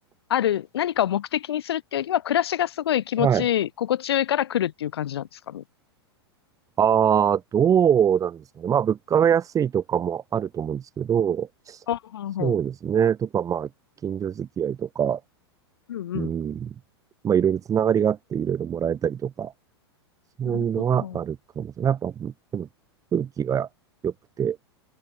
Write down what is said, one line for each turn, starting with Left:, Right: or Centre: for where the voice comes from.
Left: ある、何かを目的にするっていうよりは、暮らしがすごい気持ちいい、
Right: はい。
Left: 心地よいから来るっていう感じなんですかね。
Right: ああ、どうなんですかね。まあ、物価が安いとかもあると思うんですけど、
Left: ほうほうほ
Right: そうですね。とか、まあ、近所付き合いとか、
Left: う。うんうん。
Right: うん。まあ、いろいろつながりがあって、いろいろもらえたりとか、そういうのはあるかもしれない。
Left: なるほど。
Right: やっぱ、でも空気が良くて